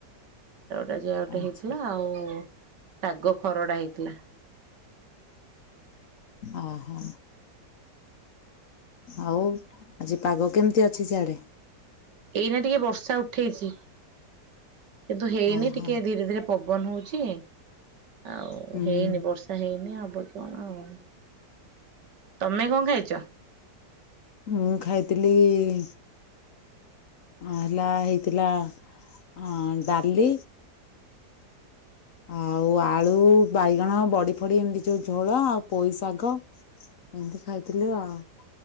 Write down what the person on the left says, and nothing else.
ଆଚ୍ଛା
ହ ହ ହ। ଆଉ ଆଜି ପାଗ କେମିତି ଅଛି ସିଆଡେ?
ଓହୋ
ହୁଁ
ମୁଁ ଖାଇଥିଲି-ଇ-ଇ-ଇ ଆ ହେଲା ହେଇଥିଲା ଅ ଡାଲି ଆଉ ଆଳୁ, ବାଇଗଣ, ବଡି ଫଡି ଏମିତି ଯୋଉ ଝୋଳ ଆଉ ପୋଇ ଶାଗ ଏମିତି ଖାଇଥିଲି ଆଉ।